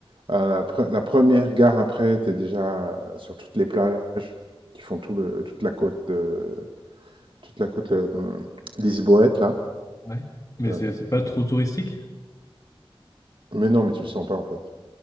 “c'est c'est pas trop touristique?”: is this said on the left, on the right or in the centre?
Left